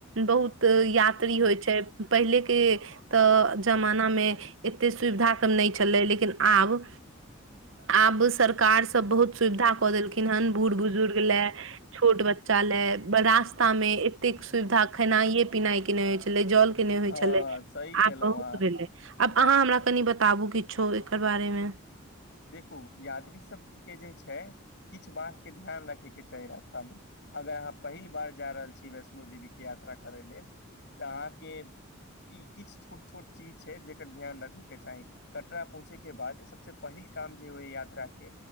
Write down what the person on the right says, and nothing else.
बहुत यात्री होय छै, पहिले के तऽ जमाना मे एते सुविधा सब नै छलै लेकिन आब आब सरकार सब बहुत सुविधा कऽ देलखिन हन बूढ़ बुजुर्ग लै। छोट बच्चा लै, ब रास्ता मे एतेक सुविधा खेनाइये-पिनाइये के नै हय छलै, जल के नै होय
छलै
आब बहुत
भेलै। आब अहाँ हमरा कनि बताबु किछो एकर बारेमे।